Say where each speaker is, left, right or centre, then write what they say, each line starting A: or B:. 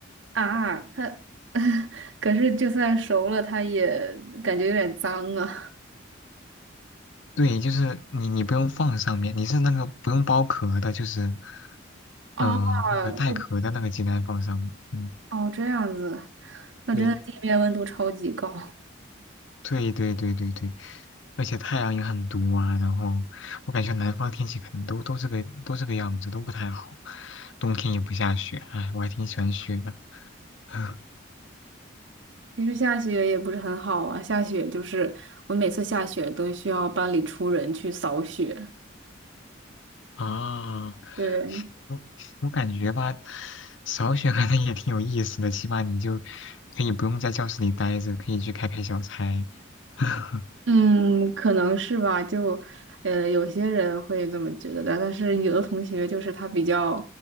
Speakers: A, on the right; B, on the left.
A: 啊，它 <laughs> 可是就算熟了，它也感觉有点脏啊。
B: 对，就是你你不用放上面，你是那个不用剥壳的，就是
A: 哦，
B: 嗯、呃那个带壳的那个鸡蛋放上面。
A: 就
B: 嗯，
A: 哦这样子，那真的地面温度超级高。
B: 对对对对对对，而且太阳也很毒啊，然后我感觉南方天气可能都都这个都这个样子，都不太好。冬天也不下雪，哎，我还挺喜欢雪的。<laughs>
A: 其实下雪也不是很好啊，下雪就是我每次下雪都需要班里出人去扫雪。
B: 啊，
A: 对，
B: 我我感觉吧，少选可能也挺有意思的，起码你就可以不用在教室里待着，可以去开开小差。<laughs>
A: 嗯，可能是吧，就，呃，有些人会这么觉得的，但是有的同学就是他比较